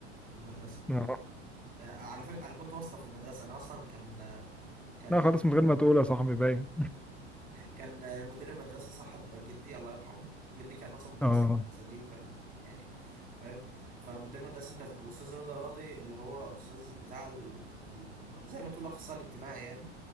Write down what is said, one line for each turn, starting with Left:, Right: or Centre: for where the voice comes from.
Right: في المدرسة
Centre: اه
Right: آه على فكرة أنا كنت واسطة في المدرسة أنا أصلا كان آه، كان
Centre: لا
Right: عندي
Centre: خلاص من غير ما تقول يا صاحبي باين
Right: كان مدير المدرسة صاحب جدي الله يرحمه جدي كان أصلا مدرس
Centre: اه
Right: في المدرسة دي وكان يعني فاهم فمدير المدرسة كان أستاذ رضا راضي اللي هو أستاذ بتاع ال... ال- زي ما تقول الأخصائي الاجتماعي يعني